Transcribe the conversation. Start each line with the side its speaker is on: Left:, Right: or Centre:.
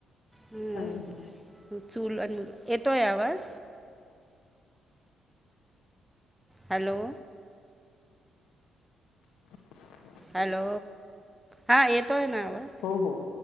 Centre: हम्म
Left: काय झालं हॅलो
Centre: चूल आणि मुल येतोय आवाज? हॅलो
Left: <inaudible>
Centre: हॅलो हां येतोय ना आवाज?
Left: हो हो